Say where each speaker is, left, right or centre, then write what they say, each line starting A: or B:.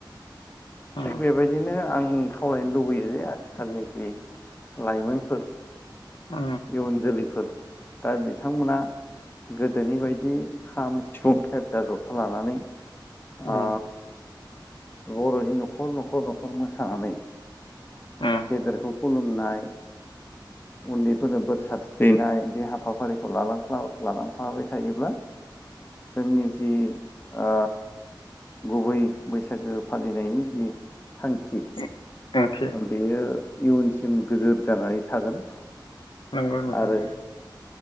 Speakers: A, on the left; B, on the left.
A: उम
B: बेबाय दिनो आं खावलायनो लुबैयो जे आथिखालनि जि लाइमोनफोर।
A: अ।
B: इयुन जोलैफोर दा बिथांमोना गोदोनि बायदि खाम सिफुं सेरजा जथा लानानै
A: उम
B: ओ बर'नि न'खर न'खर न'खर मोसानानै।
A: उम
B: गेदेरखौ। खुलुमनाय। उन्दैफोरनो बोर सारस्रिनाय बे हाबाफारिखौ लालां लालांफाबाय थायोब्ला जोंनि जि ओ गुबै बैसागो फालिनायनि जि थांखि।
A: उम ओंथि
B: बेयो इयुनसिम गोजोर जानानै थागोन।
A: नंगौ नोंथां।
B: आरो